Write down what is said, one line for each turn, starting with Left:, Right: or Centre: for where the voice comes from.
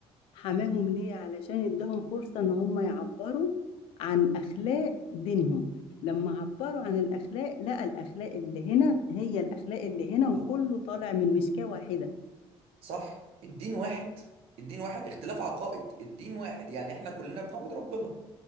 Left: حماهم ليه علشان اداهم فرصة ان هم يعبروا عن اخلاق دينهم لما عبروا عن الاخلاق لقى الاخلاق اللي هنا هي الاخلاق اللي هنا وكله
Right: اه
Left: طالع من مسكاة واحدة
Right: صح الدين واحد الدين واحد اختلاف عقائد الدين واحد يعني احنا كلنا بنعبد ربنا